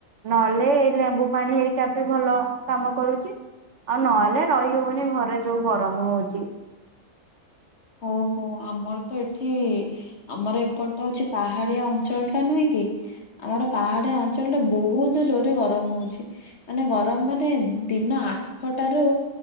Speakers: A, on the right; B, on the left.
A: ନହେଲେ ଏଇ ଲେମ୍ବୁ ପାଣି ହେରିକା ବି ଭଲ କାମ କରୁଚି ଆଉ ନହେଲେ ରହି ହୋଉନି ଘରେ ଯୋଉ ଗରମ ହୋଉଚି।
B: ଓହୋ ଆମର ତ ଏଠି ଆମର ଏପଟା ହୋଉଚି ପାହାଡିଆ ଅଞ୍ଚଳଟା ନୁହେଁ କି। ଆମର ପାହାଡିଆ ଅଞ୍ଚଳଟା ବୋହୁତ ଜୋରେ ଗରମ ହୋଉଚି। ମାନେ ଗରମ ମାନେ ଦିନ ଆଠଟାରୁ